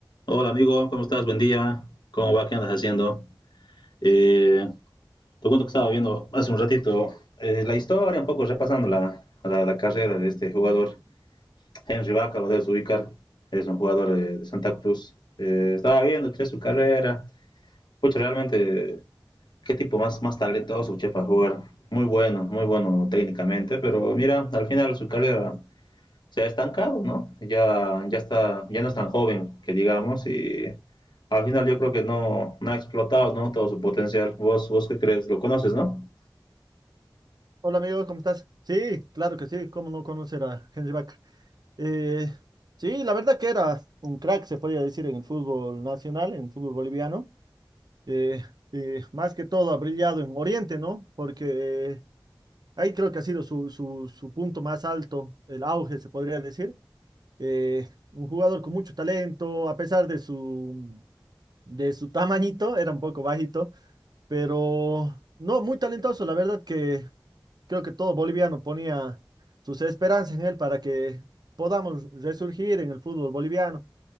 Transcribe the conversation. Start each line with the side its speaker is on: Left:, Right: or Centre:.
Left: Hola amigo, ¿cómo estás? Buen día. ¿Cómo va? ¿Qué andas haciendo? Eh, te cuento que estaba viendo hace un ratito eh, la historia, un poco repasando la, la- la carrera de este jugador. Henry Vaca, lo debes ubicar, es un jugador eh, de Santa Cruz. Eh, estaba viendo che, su carrera. Pucha, realmente, qué tipo más, más talentoso che, para jugar. Muy bueno, muy bueno técnicamente, pero mira, al final su carrera se ha estancado, ¿no? Ya, ya, está, ya no es tan joven, que digamos, y al final yo creo que no, no ha explotado, ¿no? Todo su potencial. ¿Vos, vos qué crees? ¿Lo conoces, no?
Right: Hola amigo, ¿cómo estás? Sí, claro que sí, ¿cómo no conocer a Henry Vaca? Eh, sí, la verdad que era un crack, se podría decir, en el fútbol nacional, en el fútbol boliviano. Eh, eh, más que todo ha brillado en Oriente, ¿no? Porque eh, ahí creo que ha sido su, su, su punto más alto, el auge, se podría decir. Eh, un jugador con mucho talento, a pesar de su, de su tamañito, era un poco bajito, pero no, muy talentoso, la verdad que creo que todo boliviano ponía sus esperanzas en él para que podamos resurgir en el fútbol boliviano.